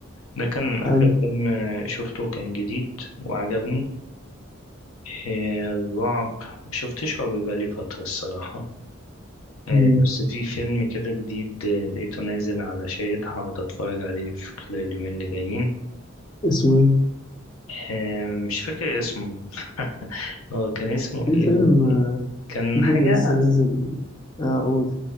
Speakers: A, on the left; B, on the left.
A: ده كان
B: حلو
A: آخر فيلم آه، شفته كان جديد وعجبني آه، الرعب مشفتش رعب بقالي فترة الصراحة آه،
B: امم
A: بس في فيلم كده جديد آه، لقيته نازل على شاهد هقعد اتفرج عليه في خلال اليومين اللي جايين
B: اسمه ايه
A: آه، مش فاكر اسمه <laughs> هو كان اسمه
B: في
A: ايه
B: فيلم
A: يا ربي كان
B: في فيلم
A: حاجة
B: لسه نازل اه قول